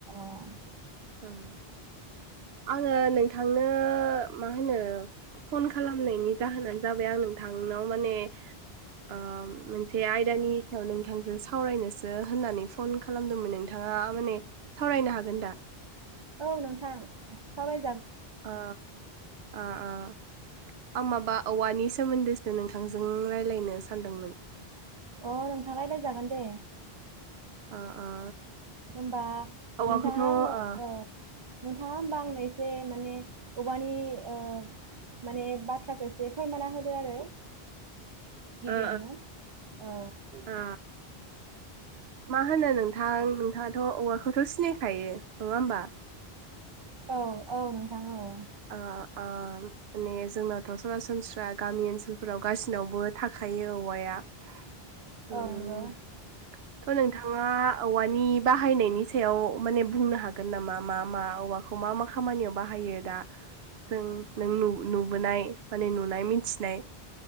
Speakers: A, on the right; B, on the right.
A: आ
B: ओं आंङो नोंथांनो मा होनो फन खालामनायनि जाहोनानो जाबाय आं नों थांनाव माने ओ मोनसे आयदानि सायाव नोंथांजों सावरायनोसो होननानै फन खालामदोंमोन नोंथांङा माने सावरायनो हागोन दा?
A: औ नोंथां सावराय
B: ओ ओ ओ आं माबा औवानि सोमोन्दैसो नोंथांजों रायलायनो सानदोंमोन।
A: अ नोंथां रायलायजागोन दे।
B: ओ ओ
A: होनबा
B: औवाखौथ'
A: नोंथाङा
B: ओ
A: आंनो
B: ओ
A: औ नोंथाङा होमबा आंनो एसे माने औवानि ओ माने बाथ्राखो एसे फोरमायना होदो आरो गिबियावनो
B: ओ ओ
A: औ
B: ओ मा होनो नोंथां? नोंथांङाथ' औवाखौथ' सिनायखायो। नङा होमबा?
A: औ औ नोंथां औ।
B: ओ ओ माने जोंनाथ' सरासनस्रा गामि ओनसोलफोराव गासैनावबो थाखायो औवाया। उम
A: औ नंगौ।
B: थ' नोंथांङा औवानि बाहायनायनि सायाव माने बुंनो हागोन नामा? मा मा औवाखौ मा मा खामानियाव बाहायो दा? जों नों नु -नुबोनाय माने नुनाय मिथिनाय